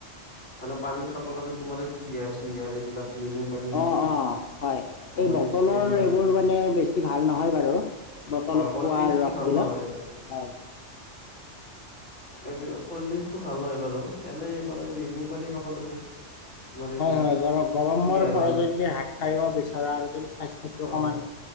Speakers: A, on the left; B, on the left.
A: মানে পানী খাব লাগে তোমাৰ এই কুঁহিয়াৰ চুহিয়াৰ এইবিলাক নেমু পানী
B: অৱ অৱ হয়
A: তোমাৰ
B: এই বটলৰ
A: এইবিলাক
B: এইবোৰ মানে বেছি ভাল নহয় বাৰু। বটলত
A: কল্ড
B: পোৱা
A: ড্ৰিংকচটো
B: ৰস
A: ভাল
B: বিলাক,
A: নহয়
B: হয়।
A: এইবিলাক কল্ডড্ৰিংকচটো ভাল নহয় বাৰু এনেই মানে নেমু পানী খাব লাগে। তোমাৰ এইবিলাক
B: হয় হয় গৰম গৰমৰ
A: কুঁহিয়াৰৰ
B: পৰা যদি হাত সাৰিব বিচৰা আৰু যদি স্বাস্থ্যটো
A: হয়
B: অকমান